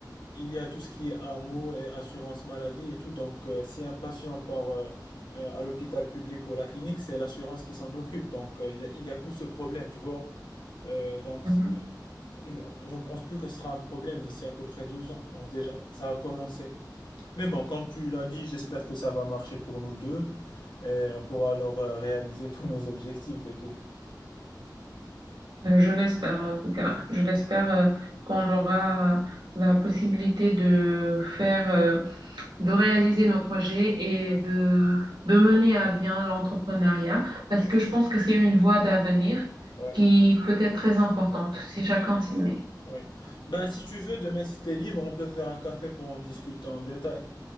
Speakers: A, on the left (about 85°); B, on the right (about 80°).
A: il y a tout ce qui est AMO et assurance maladie et tout. Donc, euh, si un patient part euh, euh, à l'hôpital public ou à la clinique, c'est l'assurance qui s'en occupe. Donc, euh, il y a, il y a plus ce problème, tu vois. Euh, donc,
B: Mhm.
A: c'est- je je ne pense plus que ce sera un problème d'ici à peu près deux ans. Donc, déjà, ça a commencé. Mais bon, comme tu l'as dit, j'espère que ça va marcher pour nous deux et on pourra alors euh, réaliser tous nos objectifs et tout.
B: Euh, je l'espère en tout cas.
A: Oui,
B: Je l'espère euh, qu'on aura la possibilité de faire, euh, de réaliser nos projets et
A: oui,
B: de, de mener à bien l'entrepreneuriat parce
A: j'espère.
B: que je pense que c'est une voie d'avenir
A: Ouais.
B: qui peut être très importante si chacun s'y met.
A: Oui. Ben, si tu veux, demain, si t'es libre, on peut faire un café pour en discuter en détail.